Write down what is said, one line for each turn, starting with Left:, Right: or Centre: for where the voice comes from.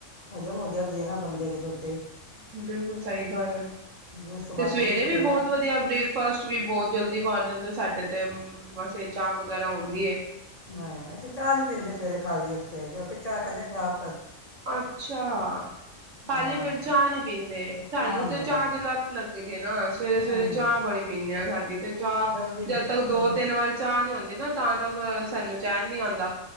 Left: ਹਜਮ ਹੋ ਜਾਂਦੀ ਹੈ ਨਾ ਬੰਦੇ ਦੀ ਰੋਟ
Right: ਬਿਲਕੁਲ ਸਹੀ ਗੱਲ ਹੈ,
Left: ਉਸ ਤੋਂ
Right: ਤੇ
Left: ਬਾਅਦ
Right: ਸਵੇਰੇ
Left: ਦੁੱਧ ਪੀਣਾ
Right: ਵੀ ਬਹੁਤ
Left: ਹੈ
Right: ਵਧੀਆ ਬ੍ਰੇਕਫਾਸਟ ਵੀ ਬਹੁਤ ਜਲਦੀ ਕਰ ਲੇਦੇ, ਸਾਡੇ ਤੇ ਮਸੇ ਚਾਹ ਵਗੈਰਾ ਹੁੰਦੀ ਹੈ।
Left: ਨਹੀਂ, ਨਹੀਂ ਅਸੀਂ ਚਾਹ ਨੀ ਪੀਂਦੇ ਸਵੇਰੇ ਖਾਲੀ ਉੱਠ ਕੇ ਕਿਉਂਕਿ ਚਾਹ ਕਹਿੰਦੇ ਖ਼ਰਾਬ
Right: ਅੱਛਾ ਖਾਲੀ
Left: ਨਾ
Right: ਪੇਟ ਚਾਹ ਨੀ ਪੀਂਦੇ, ਸਾਨੂੰ
Left: ਨਾ ਨਾ
Right: ਤੇ
Left: ਨਾ
Right: ਚਾਹ ਦੀ ਲੱਤ ਲੱਗੀ ਦੀ ਨਾ ਸਵੇਰੇ
Left: ਨਹੀਂ
Right: ਸਵੇਰੇ
Left: ਨਹੀਂ
Right: ਚਾਹ ਬੜੀ ਪੀਂਦੇ ਆ, ਸਾਡੀ ਤੇ ਚਾਹ
Left: ਗੰਦੀ
Right: ਜਦ ਤੱਕ ਦੋ,
Left: ਗੰਦੀ
Right: ਤਿੰਨ ਵਾਰ ਚਾਹ ਨੀ ਆਉਂਦੀ ਨਾ ਤਾਂ ਤੱਕ ਸਾਨੂੰ ਚੈਨ ਨੀ ਆਉਂਦਾ।